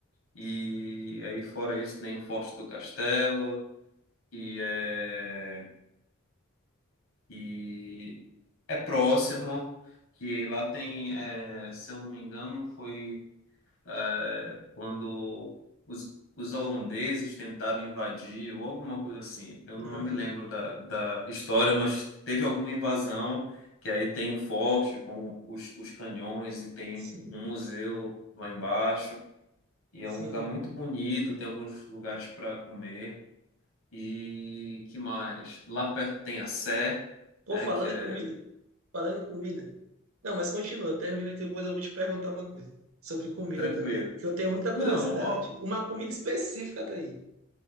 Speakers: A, on the left; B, on the right.
A: E aí, fora isso, tem o Forte do Castelo, que é, que é próximo. Que lá tem, é, se eu não me engano, foi. eh, quando os, os holandeses tentaram invadir ou alguma coisa assim. Eu não
B: Aham.
A: me lembro da, da história, mas teve alguma invasão que aí tem o forte com os, os canhões e tem
B: Sim,
A: um museu lá embaixo. E
B: sim.
A: é um lugar muito bonito, tem alguns lugares para comer. E que mais? Lá perto tem a Sé,
B: Pô,
A: né,
B: falando
A: que é
B: em comida, falando em comida. Não, mas continua, termina e depois eu vou te perguntar uma coisa sobre comida
A: tranquilo.
B: também, que eu tenho muita curiosidade.
A: Não, ó,
B: Uma comida específica daí.